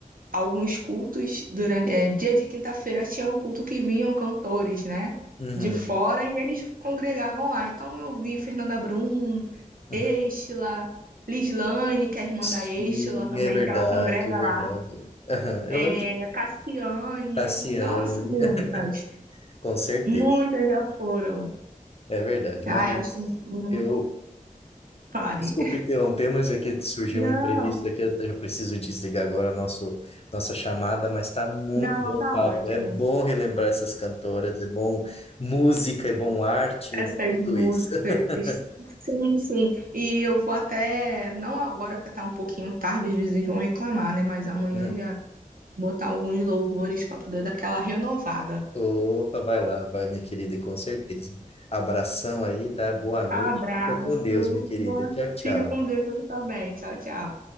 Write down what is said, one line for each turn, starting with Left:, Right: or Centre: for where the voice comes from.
Right: alguns cultos durante é, dia de quinta-feira tinha o culto que vinham cantores, né,
Left: Uhum,
Right: de fora e eles congregavam lá. Então eu vi Fernanda Brum,
Left: uhum.
Right: Estela, Lislane, que é a irmã
Left: Sim,
Right: da Estela também,
Left: é verdade,
Right: que ela congrega
Left: é verdade.
Right: lá.
Left: Aham,
Right: É,
Left: Eu lembro de
Right: Cassiane,
Left: Cassiane,
Right: nossa, muitas,
Left: <laughs> com certeza.
Right: muitas já foram.
Left: É verdade,
Right: Ai,
Left: mas
Right: acho que não
Left: eu,
Right: pare.
Left: desculpa
Right: <laughs>
Left: interromper, mas é que surgiu
Right: Não,
Left: um imprevisto aqui, eu eu preciso desligar agora nosso, nossa chamada, mas tá muito
Right: não,
Left: bom
Right: tá
Left: o papo.
Right: ótimo.
Left: É bom relembrar essas cantoras, é bom música, é bom arte,
Right: Essas
Left: é tudo
Right: músicas.
Left: isso. <laughs>
Right: Sim, sim. E eu vou até, não agora, porque tá um pouquinho tarde, os vizinhos vão reclamar, né? Mas amanhã
Left: Hum.
Right: eu já botar alguns louvores para poder dar aquela renovada.
Left: Opa, vai lá, vai, minha querida, e com certeza. Abração aí, tá? Boa noite.
Right: Abraço.
Left: Fica com Deus, minha querida.
Right: Boa.
Left: Tchau, tchau.
Right: Fica com Deus você também. Tchau, tchau.